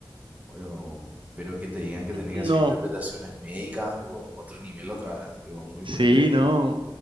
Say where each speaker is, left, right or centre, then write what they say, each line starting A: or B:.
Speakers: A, on the right (about 20°); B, on the right (about 85°).
A: o- pero que te digan que tenés
B: No,
A: que hacer interpretaciones médicas, tipo, otro nivel otra vez, digo, muy
B: Sí,
A: purete es.
B: no.